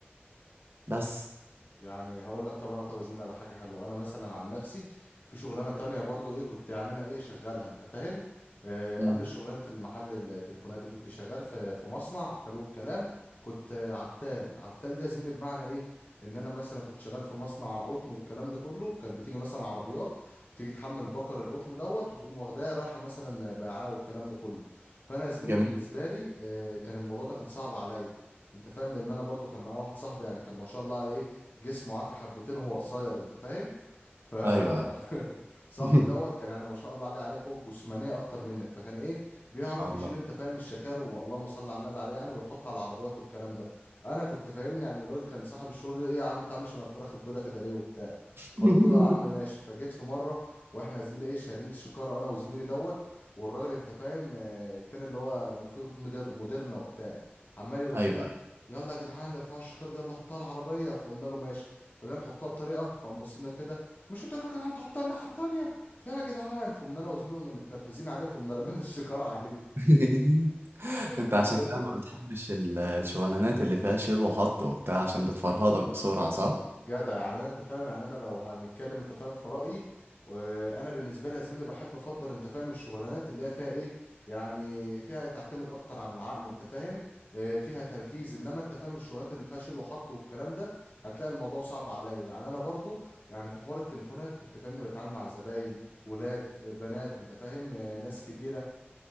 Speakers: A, on the right (about 65°); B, on the left (about 50°).
A: بس
B: يعني هقول لك طب انا طب يا زميلي على حاجه حلوه انا مثلا عن نفسي في شغلانه تانية برضو ايه كنت يعني انا ايه شغالها انت فاهم آه
A: مم.
B: قبل شغلانه المحل التليفونات دي كنت شغال في في مصنع حلو الكلام كنت آه، عتال عتال دي يا زميلي بمعنى ايه ان انا مثلا كنت شغال في مصنع قطن والكلام ده كله كان بتيجي مثلا عربيات بتيجي تحمل بكر القطن دوت وتقوم واخداه رايحه مثلا بيعاه والكلام ده كله فانا يا زميلي
A: جميل
B: بالنسبه لي آه كان الموضوع ده كان صعب عليا انت فاهم لان انا برضو كان معايا واحد صاحبي يعني كان ما شاء الله عليه إيه، جسمه عافي حبتين هو قصير انت فاهم ف <laughs>
A: ايوه أيوة.
B: صاحبي
A: <laughs>
B: دوت
A: ان
B: كان يعني ما شاء الله عليه عليه قوه جسمانيه اكتر منك فكان ايه بيعرف
A: شاء الله
B: يشيل انت فاهم الشكار واللهم صل على النبي عليه يعني ويحط على العربيات والكلام ده انا كنت فاهمني يعني الراجل كان صاحب الشغل ايه يا عم انت عامل شبه الفراخ البيضه كده ليه وبتاع فقلت
A: <laughs>
B: له يا عم ماشي فجيت في مره واحنا يا زميلي ايه شايلين الشكاره انا وزميلي دوت والراجل انت فاهم آه، التاني اللي هو المفروض مدير مديرنا وبتاع عمال يقول
A: ايوه
B: لنا
A: ايوه
B: يلا يا جدعان ارفعوا الشكار دي يلا حطها على العربيه فقلنا له ماشي فجاي نحطها بطريقه فقام بص لنا كده مش قلت لكم يا جدعان تحطها الناحيه التانيه فيها يا جدعان فقمنا انا وزميلي قمنا متنرفزين عليه فقمنا رمينا الشكار عليه
A: <laughs>
B: <laughs>
A: انت
B: انت
A: عشان كده
B: فاهم
A: ما بتحبش ال- الشغلانات اللي فيها شيل وحط وبتاع عشان بتفرهدك بسرعه صح
B: جدع يعني انا انت فاهم يعني انا لو هنتكلم انت فاهم في رايي وانا بالنسبه لي يا زميلي بحب افضل انت فاهم الشغلانات اللي هي فيها ايه يعني فيها تعتمد اكتر عن العقل انت فاهم آه، فيها تركيز انما انت فاهم الشغلانات اللي فيها شيل وحط والكلام ده هتلاقي الموضوع صعب عليا يعني انا برضو يعني في حوار التليفونات كنت فاهمني بتعامل مع زباين ولاد آه، بنات انت فاهم آه، ناس كبيره